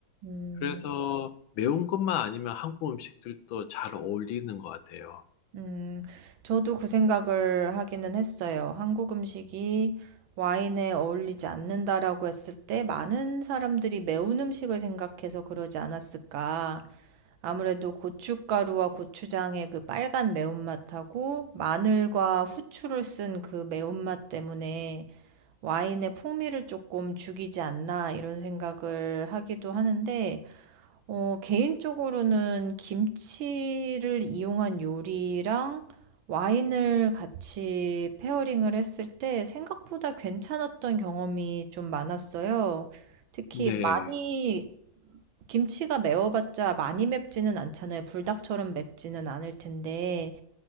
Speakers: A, on the right; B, on the left.
A: 음,
B: 그래서 매운 것만 아니면 한국 음식들도 잘 어울리는 것 같아요.
A: 음, 저도 그 생각을 하기는 했어요. 한국 음식이 와인에 어울리지 않는다라고 했을 때 많은 사람들이 매운 음식을 생각해서 그러지 않았을까. 아무래도 고춧가루와 고추장의 그 빨간 매운맛하고 마늘과 후추를 쓴 그 매운맛 때문에 와인의 풍미를 조금 죽이지 않나 이런 생각을 하기도 하는데 어, 개인적으로는 김치를 이용한 요리랑 와인을 같이 페어링을 했을 때 생각보다 괜찮았던 경험이 좀 많았어요. 특히
B: 네.
A: 음, 많이 김치가 매워봤자 많이 맵지는 않잖아요. 불닭처럼 맵지는 않을 텐데